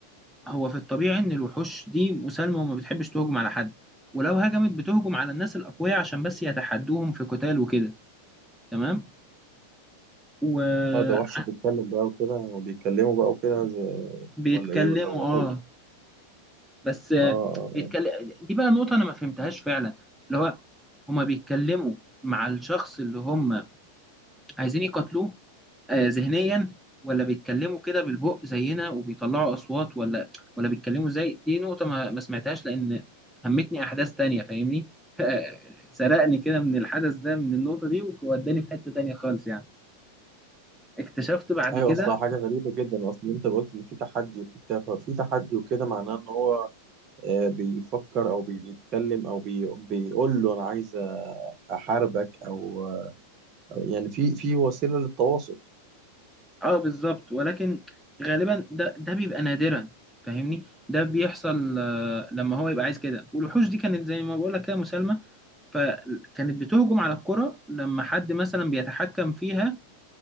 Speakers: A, in the centre; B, on the right.
A: هو في الطبيعي ان الوحوش دي مسالمة وما بتحبش تهجم على حد ولو هجمت بتهجم على الناس الأقوياء عشان بس يتحدوهم في قتال وكده تمام وبيتكلموا
B: اه ده وحش بيتكلم بقى وكده وبيتكلموا بقى وكده زي... ولا
A: اه
B: ايه ولا هو وحوش
A: بس آه،
B: اه آه، آه.
A: بيتكلم دي بقى نقطة أنا ما فهمتهاش فعلا اللي هو هما بيتكلموا مع الشخص اللي هم عايزين يقاتلوه آه، ذهنيا ولا بيتكلموا كده بالبق زينا وبيطلعوا أصوات ولا ولا بيتكلموا زي دي نقطة ما ما سمعتهاش لأن همتني أحداث تانية فاهمني <laughs> سرقني كده من الحدث ده من النقطة دي ووداني في حتة تانية خالص يعني اكتشفت بعد
B: ايوه
A: كده
B: اصلا حاجة غريبة جدا اصلا انت قلت ان في تحدي وفي بتاع ففي تحدي وكده معناه ان هو آه، بيفكر او بيتكلم او بي بيقول له انا عايز احاربك او أو يعني في في وسيله للتواصل
A: اه بالظبط ولكن غالبا ده ده بيبقى نادرا فاهمني ده بيحصل آه، لما هو يبقى عايز كده والوحوش دي كانت زي ما بقول لك كده مسالمه فكانت بتهجم على الكره لما حد مثلا بيتحكم فيها